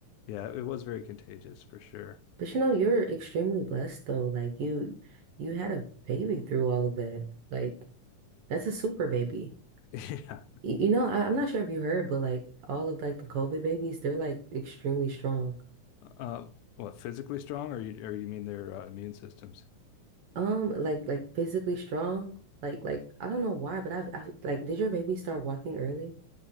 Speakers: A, on the left; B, on the right.
A: yeah, it was very contagious for sure.
B: But you know, you're extremely blessed though. Like you, you had a baby through all of that. Like that's a super baby.
A: <laughs>
B: Y-
A: Yeah.
B: You know, I, I'm not sure if you heard, but like all of like the COVID babies, they're like extremely strong.
A: Uh what physically strong or you or you mean their uh, immune systems?
B: Um, like like physically strong. Like like I don't know why, but I've, I've like did your baby start walking early?